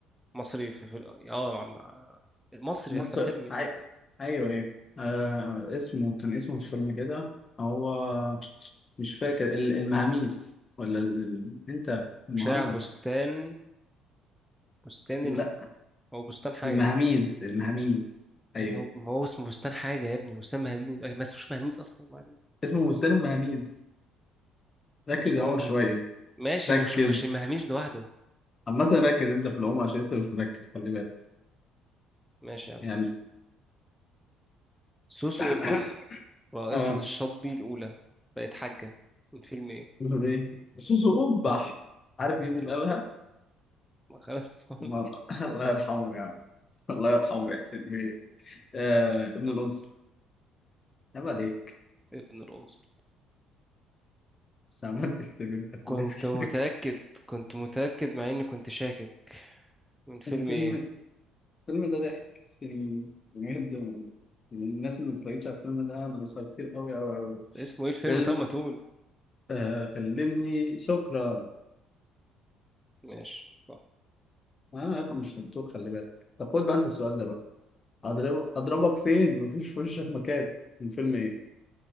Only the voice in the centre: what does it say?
مصري في, في... اه مع... مع- مصري
احمد حلمي
مم.
شارع بستان بستان
ال... هو بستان حاجه
أي
ما هو ما هو اسمه بستان حاجه يا ابني بستان مهاميز أي، ما اسمهوش مهاميز اصلا ما علينا.
بستان
المهاميز
ماشي
مش مش المهاميز لوحده
ماشي يا عم
سوسو
قبح رئيسة
الشطبي الأولى بقت حاجة من فيلم ايه؟
ما خالد صالح
<laughs> ابن الأنصل
كنت
متأكد
كنت متأكد مع إني كنت شاكك من فيلم
ايه
اسمه ايه الفيلم
طب ما تقول
ماشي صح